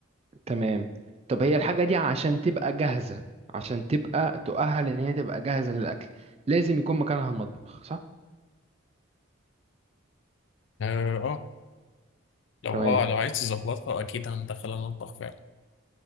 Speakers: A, on the right; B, on the left.
A: تمام طب هي الحاجه دي عشان تبقى جاهزه عشان تبقى تؤهل ان هي تبقى جاهزه للاكل لازم يكون مكانها المطبخ صح
B: اه آه. لو
A: تمام
B: اه لو عايز تظبطها اكيد هندخل المطبخ فعلا